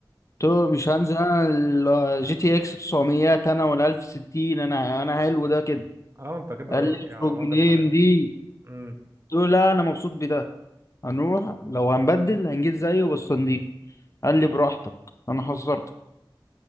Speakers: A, on the left; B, on the right.
A: قلت له مش هنزل انا الجي تي اكس 900 انا ولا 1060 انا انا حلو ده كده
B: اه انت كده دلوقتي
A: قال لي اخرج
B: على الوضع
A: من اي
B: الحالي
A: ام
B: اه
A: دي
B: امم
A: قلت له لا انا مبسوط بده هنروح لو هنبدل هنجيب زيه بس نضيف قال لي براحتك انا حذرتك